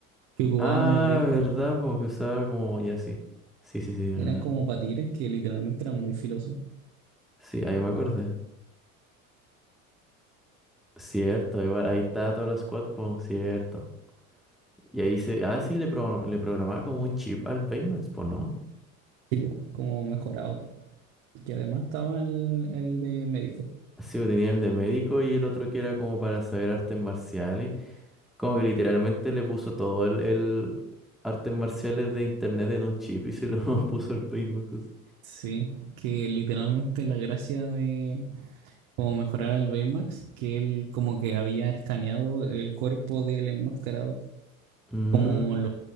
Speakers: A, on the right; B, in the centre.
A: que ocupaba
B: Ah,
A: unos discos.
B: verdad, porque usaba como ya sí. Sí, sí, sí, verdad.
A: Eran como patines que literalmente eran muy filosos.
B: Sí, ahí me acordé. Cierto, igual ahí está toda la squad, po, cierto. Y ahí se. Ah, sí, le, pro- le programaba como un chip al Baymax, po, ¿no?
A: tipo como mejorado. Que además estaba el, el de médico.
B: Sí, po, tenía el de médico y el otro que era como para saber artes marciales. Como que literalmente le puso todo el, el artes marciales de internet en un chip y se lo <laughs> puso al Baymax así.
A: Sí, que literalmente la gracia de como mejorar al Baymax, que él como que había escaneado el cuerpo del enmascarado,
B: Mm,
A: como lo-